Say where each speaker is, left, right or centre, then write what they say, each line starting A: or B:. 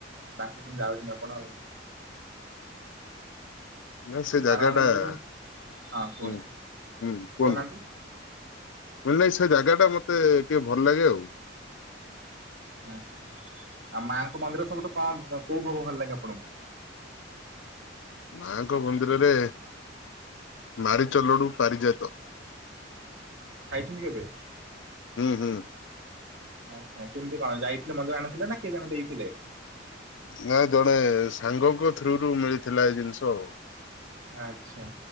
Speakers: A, on the right (about 85°); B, on the left (about 75°).
A: ଡାକୁଚନ୍ତି ଯାଉଚନ୍ତି ଆପଣ ଆଉ।
B: ନା ସେ
A: ସାରଳା
B: ଜାଗା
A: ମନ୍ଦିର
B: ଟା ହୁଁ
A: ହଁ କୁହନ୍ତୁ
B: ହୁଁ
A: କହୁନାହାନ୍ତି
B: କୁହନ୍ତୁ? ମୁଅଇଲି ନାଇଁ ସେ ଜାଗା ଟା ମତେ ଟିକେ ଭଲ ଲାଗେ ଆଉ।
A: ଆଛା ଆଉ ମାଆଙ୍କ ମନ୍ଦିର ସବୁଠୁ କଣ କୋଉ ଭୋଗ ଭଲ ଲାଗେ ଆପଣଙ୍କୁ?
B: ମାଙ୍କ ମନ୍ଦିରରେ ମାରିଚଲଡୁ ପାରିଯାତ।
A: ଖାଇଚନ୍ତି କେବେ?
B: ହୁଁ ହୁଁ।
A: ଆଛା କେମିତି କଣ ଯାଇଥିଲେ ମନ୍ଦିର ଆଣିଥିଲେ ନା କିଏ ଜଣେ ଦେଇଥିଲେ?
B: ନାଇଁ ଜଣେ ସାଙ୍ଗଙ୍କ ଥ୍ରୁରୁ ମିଳିଥିଲା ଏଇ ଜିନିଷ ଆଉ।
A: ଆଚ୍ଛା।